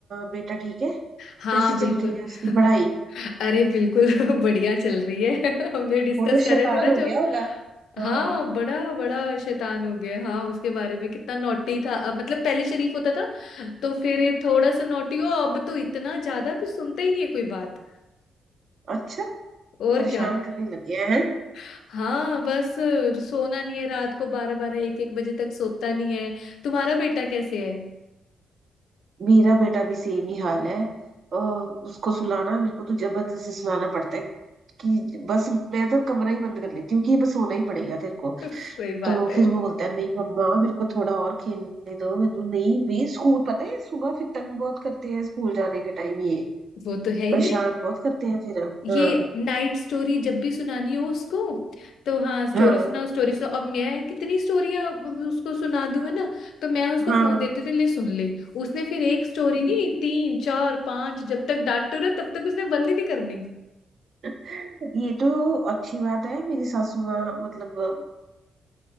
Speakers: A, on the right; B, on the left.
A: बेटा ठीक है
B: हाँ
A: कैसी
B: बिल्कुल
A: चल रही है उसकी
B: <laughs>
A: पढ़ाई
B: अरे बिल्कुल <laughs> बढ़िया चल रही है <laughs> हमने डिस्कस
A: वो तो
B: कर
A: शैतान
B: रहे थे ना
A: हो
B: जो
A: गया होगा
B: हाँ
A: हाँ
B: बड़ा बड़ा शैतान हो गया हाँ उसके बारे में कितना नॉटी था अब मतलब पहले शरीफ होता था तो फिर ये थोड़ा सा नॉटी हो अब तो इतना ज्यादा भी सुनता ही नहीं है कोई बात
A: अच्छा
B: और
A: परेशान
B: क्या
A: करने लग गया है
B: <laughs> हाँ बस सोना नहीं है रात को बारह बारह एक एक बजे तक सोता नहीं है तुम्हारा बेटा कैसे है
A: मेरा बेटा भी सेम ही हाल है अ, उसको सुलाना मेरे को तो जबरदस्ती सुलाना पड़ता है कि बस मैं तो कमरा ही बंद कर लेती हूँ कि बस सोना ही पड़ेगा तेरे को
B: <laughs> सही बात
A: तो
B: है
A: फिर वो बोलता है नहीं मम्मा मेरे को थोड़ा और खेलने दो मैंने नहीं भी स्कूल पता है सुबह फिर तंग बहुत करते हैं स्कूल जाने के टाइम ये
B: वो तो है ही
A: परेशान
B: है
A: बहुत करते हैं फिर
B: ये
A: हाँ
B: नाइट स्टोरी जब भी सुनानी हो उसको तो हाँ स्टोरी
A: हाँ
B: सुनाओ स्टोरी सुनाओ अब मैं कितनी स्टोरियां उसको सुना दूं है ना तो मैं उसको
A: हाँ
B: फोन देती थी ले सुन ले उसने फिर एक स्टोरी नहीं तीन चार पांच जब तक डांटो ना तब तक उसने बंद ही नहीं करनी
A: <laughs> ये तो अच्छी बात है मेरी सासू माँ मतलब अ,